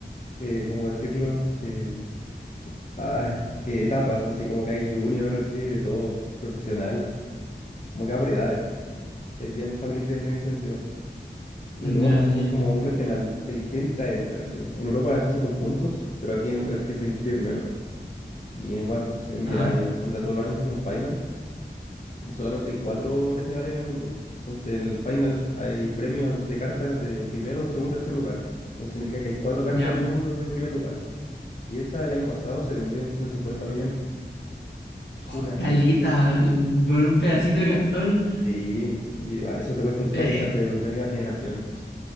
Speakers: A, on the left; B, on the left.
A: eh, ¿cómo decirlo? Eh, ah, eh, etapas, así como que hay junior, así, de todo, profesional, como que va por edades. Es bien family friendly en ese sentido. Y
B: ya,
A: el de One Piece
B: ya.
A: así es como un regional, y el que entra, entra, así. En Europa es eso por puntos, pero aquí entra el que se inscribe primero. Y en One Piece es millonario,
B: Ah,
A: onda todos los años hace un finals Y solamente hay cuatro regionales en el mundo. Entonces, en el final hay premios de cartas de primero, segundo, tercer lugar. Entonces, significa que hay cuatro cartas
B: ya.
A: en el mundo de primer lugar. Y esa el año pasado se vendió en 150 millones. <laughs>
B: Oh,
A: Una.
B: caleta, weón, por un pedacito de cartón.
A: Sí, y a- eso te cuesta un Charizard
B: Eh,
A: de de primera generación.